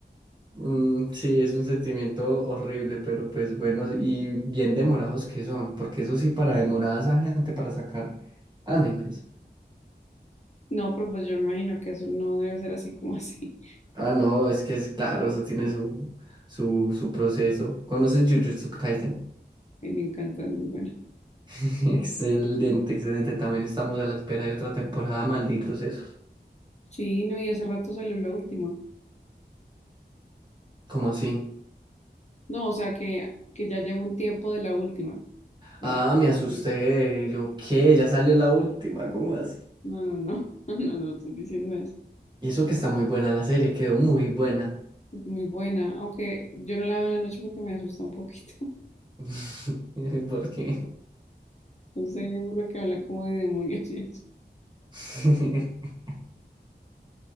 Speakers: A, on the right; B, on the left.
A: Mm, sí, es un sentimiento horrible, pero pues bueno, y bien demorados que son, porque eso sí, para demorar a esa gente para sacar animes.
B: No, pero pues yo me imagino que eso no debe ser así como así.
A: Ah, no, es que es claro, eso tiene su, su, su proceso. ¿Conoces Jujutsu Kaisen?
B: <laughs> Ay, me encanta, es muy bueno.
A: <laughs> Excelente, excelente. También estamos a la espera de otra temporada, malditos esos.
B: Sí, no, y hace rato salió la última.
A: ¿Cómo así?
B: No, o sea, que, que ya llevo un tiempo de la última, para
A: Ah,
B: la
A: me asusté.
B: que sigue.
A: Yo, ¿qué? Ya salió la última, ¿cómo así?
B: No, no, no, <laughs> no, no, no estoy diciendo eso.
A: Y eso que está muy buena la serie, quedó muy buena.
B: Es muy buena, aunque yo no la veo en la noche porque me asusta un poquito.
A: <laughs> ¿Por qué?
B: No sé, por lo que habla como de demonios y eso.
A: <laughs>